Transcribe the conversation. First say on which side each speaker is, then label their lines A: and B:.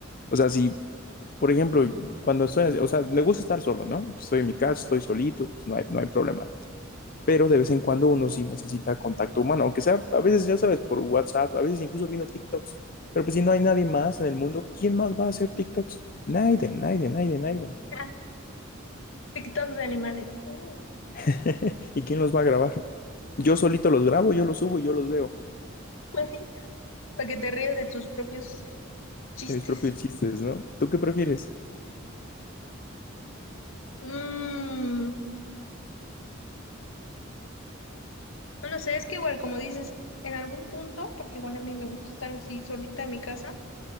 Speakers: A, on the left (about 45°); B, on the left (about 75°).
A: O sea, si, por ejemplo, cuando estoy. así- O sea, me gusta estar solo, ¿no? Estoy en mi casa, estoy solito, pues no hay, no hay problema. pero de vez en cuando uno sí necesita contacto humano, aunque sea a veces, ya sabes, por WhatsApp, a veces incluso viendo TikToks, pero pues si no hay nadie más en el mundo, ¿quién más va a hacer TikToks? Nadie, nadie, nadie, nadie.
B: Ah, TikToks de animales. Mm,
A: <laughs> ¿Y quién los va a grabar? Yo solito los grabo, yo los subo y yo los veo
B: pues sí, para que te rías de tus propios chistes.
A: de mis propios chistes, ¿no? ¿Tú qué prefieres?
B: Mm, No lo sé, es que igual, como dices, en algún punto, porque igual a mí me gusta estar así solita en mi casa,